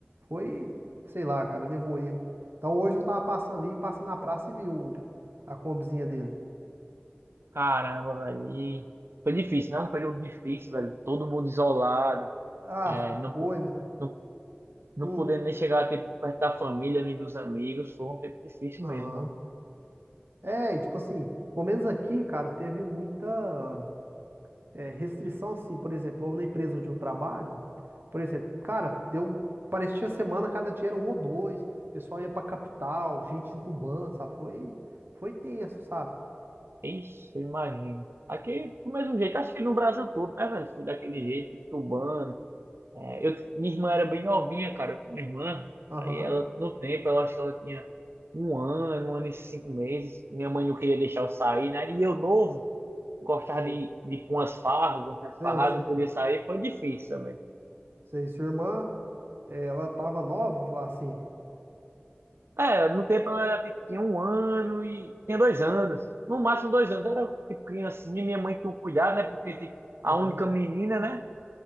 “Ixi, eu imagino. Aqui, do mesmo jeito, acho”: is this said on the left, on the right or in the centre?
Right